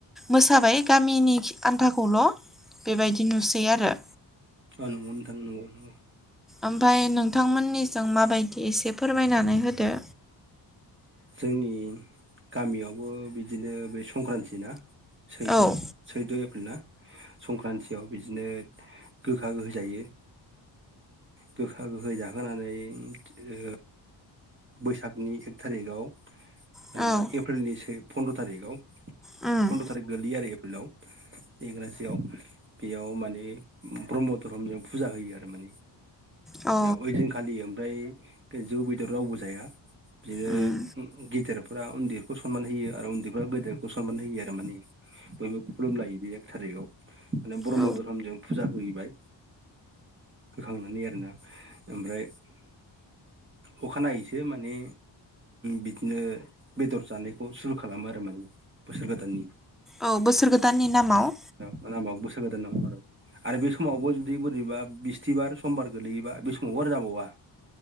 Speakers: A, in the centre; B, on the right.
A: मोसाबाय गामिनि आनथ नथाखौल' बेबायदि नुसै आरो।
B: औ नंगौ नोंथां नंगौ नंगौ
A: ओमफ्राय नोंथांमोननिजों माबायदि एसे फोरमायनानै होदो।
B: जोंनि गामियावबो बिदिनो बे संक्रान्ति सैद'
A: औ
B: सैद'एप्रिल ना? संक्रान्तियाव बिदिनो गोखा गोखै जायो। गोखा गोखै जाहोनानै ओ बैसागनि थारिकआव जेनेबा
A: औ
B: एप्रिलनि फन्द्र थारिकआव
A: उम
B: पन्द्र' थारिख गोलैयो आरो। कुलाव इंराजियाव बेयाव माने ब्रह्म धरमनिआव फुजा होयो आरो माने
A: औ
B: बेयाव ओइदिनखालि ओमफ्राय जौ बेदर रावबो जाया। बिदिनो
A: उम
B: गेदेरफोरा उन्दैखौ सनमान होयो आरो उन्दैफोरा गेदेरखौ सनमान होयो आरो माने। बयबो खुलुमलायो बे एक थारिखाव माने ब्रह्म
A: औ
B: धोरोमजों फुजा हैबाय। होखांनानै आरोना ओमफ्राय अखानायैसो माने बिदिनो बेदर जानायखौ सुरु खालामो आरो माने बोसोर गोदाननि
A: औ बोसोर गोदाननि नामाव
B: नामाव बोसोर गोदाननि नामाव आरो। आरो बे समावबो जुदि बोरैबा बिस्थिबार समबार गोलैयोबा बे समावबो आरो जाबावा।